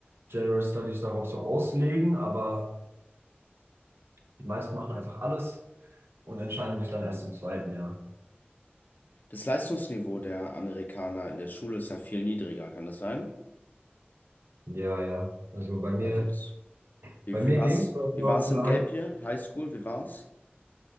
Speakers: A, on the right; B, on the left.
A: General Studies darauf so auslegen, aber die meisten machen einfach alles und entscheiden sich dann erst im zweiten Jahr.
B: Das Leistungsniveau der Amerikaner in der Schule ist ja viel niedriger, kann das sein?
A: Ja, ja. Also bei mir,
B: Also das, wie,
A: bei mir
B: wie war's,
A: ging es auf
B: wie
A: auf
B: war's
A: einer
B: im Gap
A: High
B: Year? High School, wie war's?